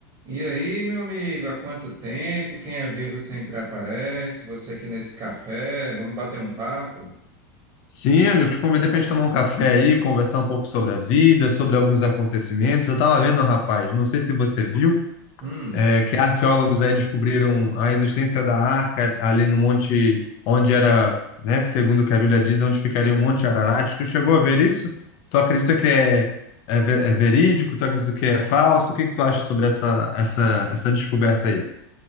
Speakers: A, on the right (about 40°); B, on the left (about 50°).
A: E aí, meu amigo, há quanto tempo? Quem é vivo sempre aparece. Você aqui nesse café, vamos bater um papo?
B: Sim, eu te convidei para a gente tomar um café aí, conversar um pouco sobre a vida, sobre alguns acontecimentos. Eu estava vendo, rapaz, não sei se você viu,
A: Hum.
B: é, que arqueólogos aí descobriram a existência da arca ali no monte onde era, né, segundo o que a Bíblia diz, onde ficaria o Monte Ararat. Tu chegou a ver isso? Tu acredita que é, é, ve- é verídico? Tu acredita que é falso? O que que tu acha sobre essa, essa, essa descoberta aí?